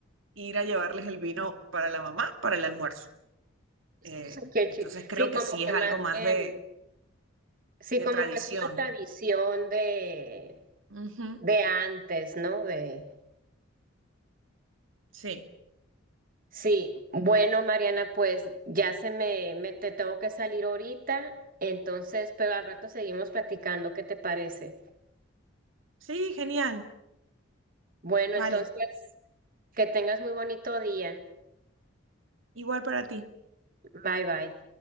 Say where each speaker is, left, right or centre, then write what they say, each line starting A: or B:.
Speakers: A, on the right; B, on the right.
A: ir a llevarles el vino para la mamá, para el almuerzo.
B: <laughs>
A: Eh,
B: Qué
A: entonces
B: chi-
A: creo
B: Sí,
A: que
B: como
A: sí
B: que
A: es
B: más
A: algo más
B: bien,
A: de,
B: sí,
A: de
B: como
A: tradición.
B: que es una tradición de,
A: Ujú,
B: de antes, ¿no? De...
A: Sí,
B: Sí, bueno, Mariana, pues ya se me, me te tengo que salir ahorita, entonces, pero al rato seguimos platicando, ¿qué te parece?
A: sí, genial.
B: Bueno,
A: Vale,
B: entonces, que tengas muy bonito día.
A: igual para ti.
B: Bye bye.